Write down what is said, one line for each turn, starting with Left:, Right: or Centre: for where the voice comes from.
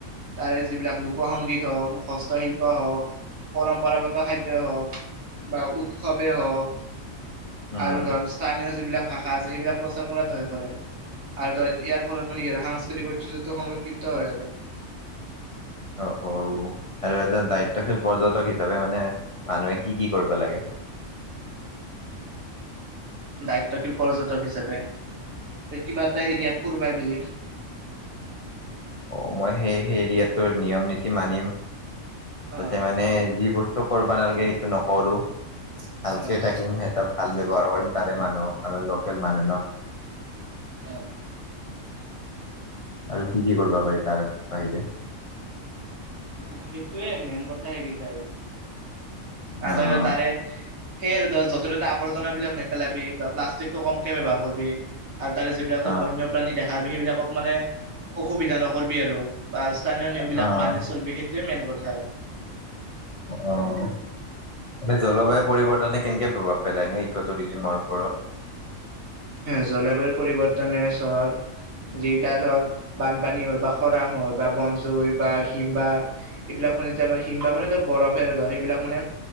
Right: তাৰে যিবিলাক লোক সংগীত হওক হস্তশিল্প হওক পৰম্পৰাগত খাদ্য হওক বা উৎসৱে হওক
Left: উম,
Right: আৰু ধৰ স্থানীয় যিবিলাক ভাষা আছে সেইবিলাক প্ৰচাৰ কৰাত ভয় কৰে আৰু ধৰ ইয়াৰ ফলত মানে কি সাংস্কৃতিক ঐতিহ্য সংৰক্ষিত ত আৰু
Left: অ ঔ আৰু এজন দায়িত্বশীল পৰ্যটক হিচাপে মানে মানুহে কি কি কৰিব লাগে
Right: <inaudible> তত্বশীল পৰ্যটক হিচাপ ত কিবা এটা এৰিয়াত কৰবা গেলে-।
Left: অঁ মই সেই সেই এৰিয়াটোৰ নিয়ম নীতি মানিম।
Right: অ
Left: তাতে মানে
Right: আৰু
Left: যি বস্তু কৰিবা নালাগে সেইটো নকৰো। ভালকে
Right: অ
Left: থাকিম সেইটো ভাল ব্যৱহাৰ কৰিম তাৰে মানুহ কাৰণ লোকেল মানুহ ন।
Right: অহঁ।
Left: আৰু কি কি কৰবা পাৰি তাৰ বাহিৰে?
Right: অঁ সেইটোৱে মেইন কথা সেগেটাই। তাত
Left: অ',
Right: আৰু তাৰে সেই আৰু তাত য'তে ত'তে আৱৰ্জনাবিলাক নেপেলাবি বা প্লাষ্টিকতো- কমকে ব্যৱহাৰ কৰবি। আৰু তাৰে যিবিলাকো
Left: অ',
Right: তই বন্যপ্ৰাণী দেখা পাবি সেইবিলাকক মানে অসুবিধা নকৰিবি আৰু বা স্থানীয়- নিয়ম
Left: অ',
Right: মানি চলবি সেইটোৱে মেইন কথা আৰু।
Left: অঁ অঁ। জলবায়ু পৰিৱৰ্তনে কেনেকে প্ৰভাৱ পেলায় নো ইকটুৰজিয়মৰ ওপৰত।
Right: জলবায়ু পৰিৱৰ্তনে ছৰ- যিকিটা ধৰ বানপানী হয় বা খৰাং হয় বা বনজ- জৈ বা হিম বা এইবিলাকৰ মানে এতয়া হিম বা মানে তাত বৰফে মানে ধৰ সেইবিলাক মানে